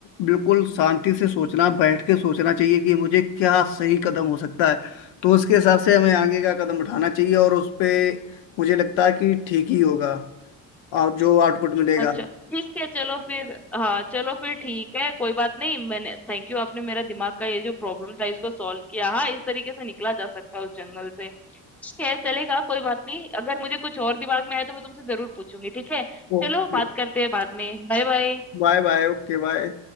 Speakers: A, on the left; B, in the centre.
A: बिल्कुल शांति से सोचना बैठ के सोचना चाहिए कि मुझे क्या सही कदम हो सकता है तो उसके हिसाब से हमें आगे का कदम उठाना चाहिए और उस पे मुझे लगता है कि ठीक ही होगा और जो आउटपुट मिलेगा
B: अच्छा, ठीक है चलो फिर हाँ, चलो फिर ठीक है, कोई बात नहीं मैंने थैंक यू आपने मेरा दिमाग का ये जो प्रॉब्लम था इसको सॉल्व किया। हाँ, इस तरीके से निकला जा सकता है उस जंगल से। ठीक है, चलेगा कोई बात नहीं। अगर मुझे कुछ और दिमाग में आया तो मैं तुमसे ज़रूर पूछूँगी, ठीक है?
A: Okay
B: चलो बात करते हैं बाद में। बाय-बाय।
A: bye bye okay bye